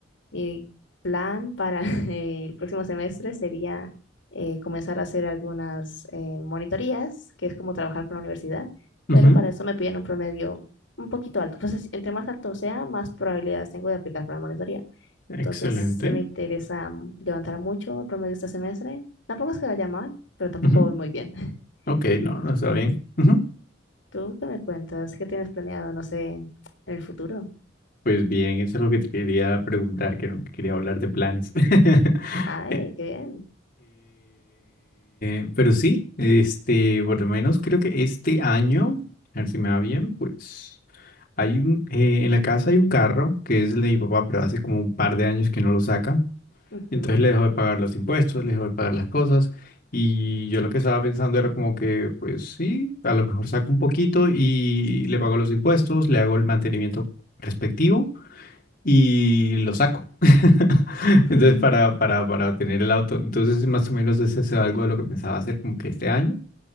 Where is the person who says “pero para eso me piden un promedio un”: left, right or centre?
Left